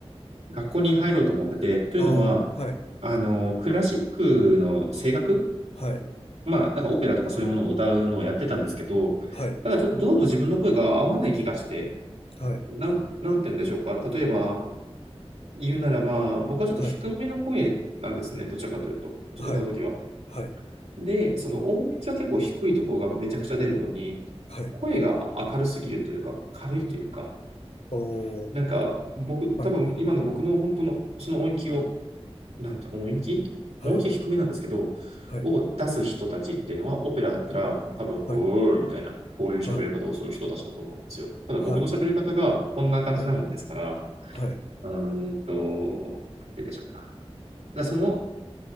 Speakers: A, on the right (about 85°); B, on the left (about 70°).
A: 学校に入ろうと思ってて、というのは、
B: ああー、はい。
A: あの、クラシックの声楽
B: はい。
A: まあ、なんかオペラとかそういうものを歌うのをやってたんですけど、
B: はい。
A: ただちょっとどうも自分の声が合わない気がして、
B: はい。
A: なん、なんて言うんでしょうか。例えば、言うならば、僕はちょっと低めの声なんですね。
B: はい。
A: どちらかというと、
B: はい。
A: 歌うときは。
B: はい。
A: で、その音域は結構低いところがめちゃくちゃ出るのに、
B: はい。
A: 声が明るすぎるというか、軽いというか、
B: おー、
A: なんか僕、
B: はい、
A: 多分今の僕の本当のその音域をなんて音域音域は低めなんですけど、
B: はい、はい、
A: を出す人たちっていうのは、オペラだったら、もう多分、
B: はい、
A: うーみたいな、こういう喋り方をする人たちだと思うんですよ。
B: はい、
A: ただ僕の喋り方がこんな感じなもんですから、
B: はい、はい、はい、
A: うーんと、なんて言うでしょうか。だその、